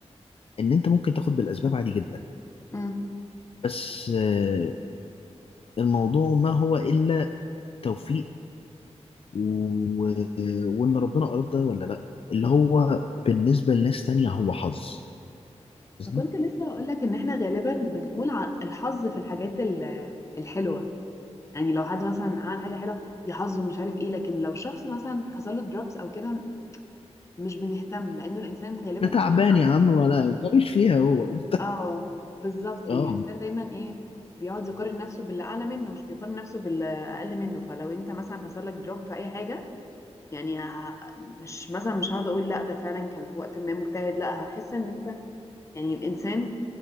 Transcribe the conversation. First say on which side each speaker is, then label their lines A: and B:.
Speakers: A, on the left; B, on the left.
A: إن أنت ممكن تاخد بالأسباب عادي جدا
B: مم.
A: بس آه، الموضوع ما هو إلا توفيق و... وان ربنا اراد ده ولا لا اللي هو بالنسبه لناس تانية هو حظ قصدي
B: كنت لسه هقول لك ان احنا غالبا بنقول ع- الحظ في الحاجات ال- الحلوة يعني لو حد مثلا عمل حاجة حلوة يا حظه مش عارف ايه لكن لو شخص مثلا حصل له دروبس او كده مش بنهتم لانه الانسان غالبا
A: ده تعبان
B: اصلا
A: يا ممكن عم ولا ملوش فيها هو
B: <laughs> اه بالظبط
A: <laughs>
B: يعني
A: اه
B: الانسان دايما ايه بيقعد يقارن نفسه باللي اعلى منه مش بيقارن نفسه باللي اقل منه فلو انت مثلا حصل لك دروب في اي حاجه يعني ه- مش مثلا مش هقعد اقول لا ده فعلا كان في وقت ما مجتهد لا هحس ان انت يعني الانسان